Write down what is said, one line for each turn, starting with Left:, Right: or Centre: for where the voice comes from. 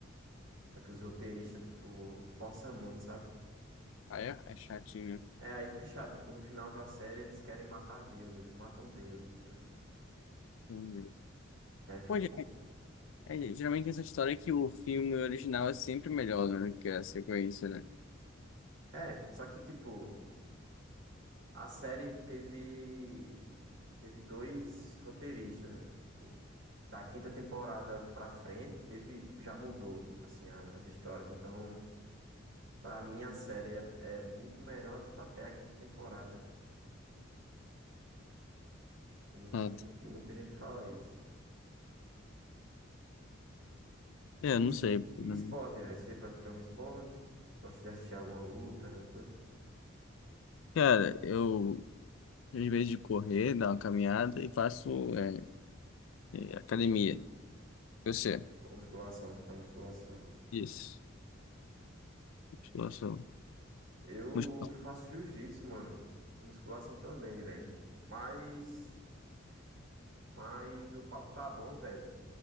Right: Só que os roteiristas, tipo, forçam muito, sabe?
Left: ah, é? É chatinho,
Right: É, aí fica chato. Tipo, no final da série eles querem matar Deus. Eles matam Deus, entendeu?
Left: né?
Right: E aí fica
Left: Pô,
Right: um
Left: ge-
Right: pouco.
Left: é, geralmente essa história é que o filme original é sempre melhor, né, do que a sequência, né?
Right: É, só que, tipo, a série teve. teve dois roteiristas, né? Tipo, da quinta temporada pra frente, teve, já mudou, assim, a- as histórias. Então, pra mim, a série é, é muito melhor, tipo, até a quinta temporada. E, muito,
Left: Ah,
Right: muito, e muita gente fala isso.
Left: É,
Right: E,
Left: não
Right: es-
Left: sei.
Right: e
Left: né.
Right: esporte, velho? Você pratica algum esporte? Gosta de assistir alguma luta, alguma coisa?
Left: Cara, eu, às vezes de correr, dar uma caminhada e faço é, é, academia. Você?
Right: Musculação, você faz musculação.
Left: Isso. Musculação.
Right: Eu
Left: Musculação.
Right: faço jiu-jitsu, mano. Musculação também, velho. Mas, mas o papo tá bom, velho.